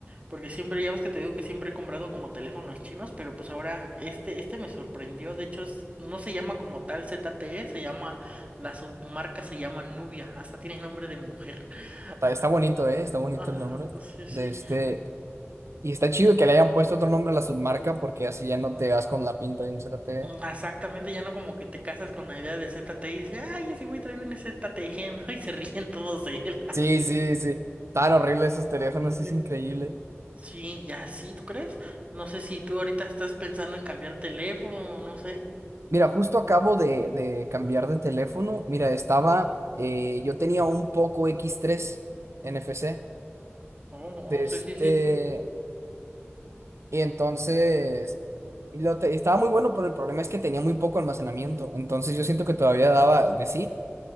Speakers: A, on the right; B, on the right.
A: Porque siempre, ya ves que te digo que siempre he comprado como teléfonos chinos, pero pues ahora este, este me sorprendió. De hecho, es- no se llama como tal ZTE, se llama, la submarca se llama Nubia, hasta tiene nombre de mujer. <laughs>
B: Está, está bonito, ¿eh? Está bonito
A: Ajá,
B: el nombre
A: sí, sí.
B: de este. Y está chido que le hayan puesto otro nombre a la submarca porque así ya no te vas con la pinta de un ZTE.
A: Exactamente, ya no como que te casas con la idea de ZTE y dices, ay, ese güey trae un ZTE, ¿no? <laughs> Y se ríen todos de él.
B: Sí, sí, sí. Tan horrible esos teléfonos,
A: <laughs> Ujú.
B: es increíble.
A: Sí, y así, ¿tú crees? No sé si tú ahorita estás pensando en cambiar teléfono, no sé.
B: Mira, justo acabo de, de cambiar de teléfono. Mira, estaba, eh, yo tenía un Poco X3 NFC
A: Oh, oh,
B: de
A: sí,
B: este,
A: sí, sí.
B: y entonces y lo te- estaba muy bueno, pero el problema es que tenía muy poco almacenamiento. Entonces yo siento que todavía daba de sí,